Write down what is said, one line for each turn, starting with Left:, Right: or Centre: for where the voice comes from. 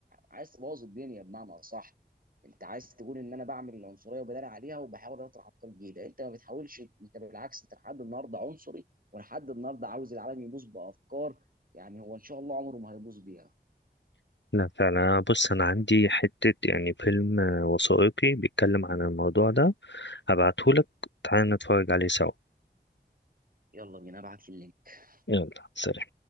Right: عايز تبوظ الدنيا بمعنى اصح انت عايز تقول ان انا بعمل العنصريه وبدار عليها وبحاول اطرح افكار جديده انت ما بتحاولش انت بالعكس انت لحد النهارده عنصري ولحد النهارده عاوز العالم يبوظ بافكار يعني هو ان شاء الله عمره ما هيبوظ بيها
Left: لا فعلا أنا- بص انا عندي حتة يعني فيلم آه، وثائقي بيتكلم عن الموضوع ده هبعتهولك تعالى نتفرج عليه سوا
Right: يلا بينا ابعت لي اللينك
Left: يلا سلام